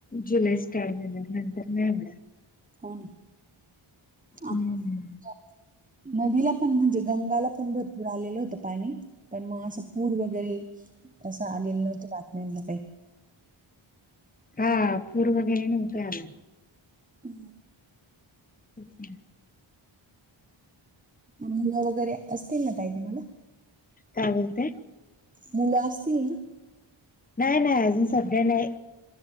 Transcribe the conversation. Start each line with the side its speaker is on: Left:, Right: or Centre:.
Left: जुलै स्टार्ट झालं नंतर म येवढं.
Right: हो ना
Left: हम्म
Right: आप आ. नदीला पण म्हणजे, गंगाला पण भरपूर आलेलं होतं पाणी. पण मग असं पूर वगैरे असं आलेलं नव्हतं बातम्यांला काही.
Left: हा पूर व वैगेरे नव्हत आला.
Right: ह.
Left: अच्छा.
Right: मुलं वगैरे असतील ना काही तुम्हाला.
Left: काय म्हणते.
Right: मुल असतील ना.
Left: नाही नाही अजून सध्या नाही.